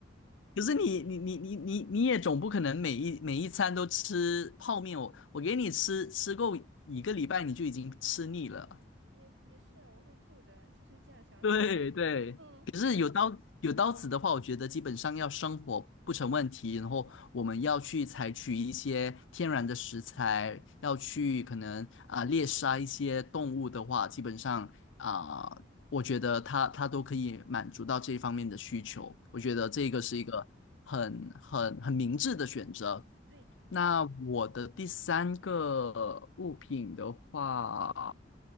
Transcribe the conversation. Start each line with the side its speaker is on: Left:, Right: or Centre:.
Left: 可是你你你你你你也总不可能每一每一餐都吃泡面，我我给你吃吃够一个礼拜你就已经吃腻了。
Right: 也也是啊我会吐的。其实这样想想，
Left: <laughs> 对对，
Right: 嗯，
Left: 可是有刀有刀子的话，我觉得基本上要生火不成问题。然后我们要去采取一些天然的食材，要去可能啊、猎杀一些动物的话，基本上啊、我觉得它它都可以满足到这方面的需求。我觉得这个是一个很很很明智的选择。
Right: 对，
Left: 那我的第三个物品的话，